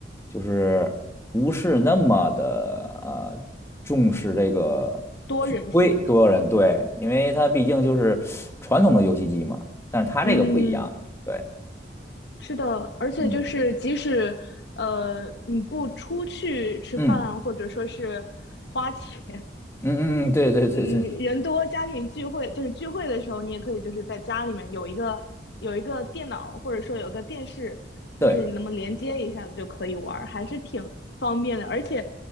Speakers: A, on the left; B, on the left.
A: 就是不是那么的呃重视这个聚会多人对，
B: 多人性的，
A: 因为它毕竟就是传统的游戏机嘛，但是它这个不一样。
B: 嗯，
A: 对，
B: 是的，而且就是即使呃你不出去吃饭，
A: 嗯嗯
B: 或者说是花钱，
A: 嗯嗯嗯，对对对对
B: 嗯，人多家庭聚会就是聚会的时候，你也可以就是在家里面有一个有一个电脑，或者说有个电视，
A: 对，
B: 就是你那么连接一下子就可以玩儿，还是挺方便的。而且